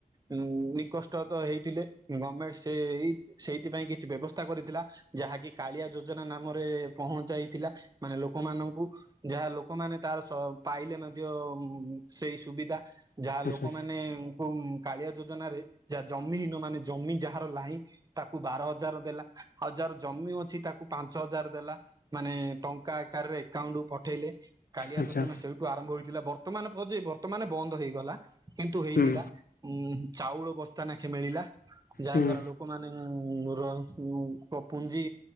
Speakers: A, on the right; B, on the left.
A: ଉଁ ନିକଷ୍ଟ ତ ହେଇଥିଲେ ଗମେଟ୍ ସେଇ ସେଇଥିପାଇଁ କିଛି ବ୍ୟବସ୍ଥା କରିଥିଲା ଯାହାକି କାଳିଆ ଯୋଜନା ନାମରେ ପହଞ୍ଚାଇଥିଲା ମାନେ ଲୋ ଲୋକମାନଙ୍କୁ ଯାହା ଲୋକମାନେ ତାର ସ ପାଇଲେ ମଧ୍ୟ ସେଇ ସୁବିଧା। ଯାହା
B: ଆଚ୍ଛା
A: ଲୋକମାନେଙ୍କୁ କାଳିଆ ଯୋ ଯନାରେ ଯାହା ଜମିହୀନ ମାନେ ଜମି ଯାହାର ଲାହିଁ ତାକୁ ବାର ହଜାର ଦେଲା ଆଉ ଯାହାର ଜମି ଏ ଅଛି ତାକୁ ପାଞ୍ଚ ହଜାର ଦେଲା ମାନେ ଟଙ୍କା ଆକାରରେ ଏକାଉଣ୍ଟୁ ପଠେଇଲେ। କାଳିଆ
B: ଆଚ୍ଛା
A: ଯୋଜନା ସେଇଠୁ ଆରମ୍ଭ ହୋଇଥିଲା ବର୍ତ୍ତମାନ ପ ଯେ ବର୍ତ୍ତମାନ ବନ୍ଦ ହେଇଗଲା। କିନ୍ତୁ ହେଇଥିଲା
B: ହୁଁ
A: ଉଁ ଚାଉଳ ବସ୍ତା ନାଖେ ମିଳିଲା ଯାହା
B: ହୁଁ
A: ଦ୍ଵାରା ଲୋକମାନେ ଉଁ ର ଉଁ ପ ପୁଞ୍ଜି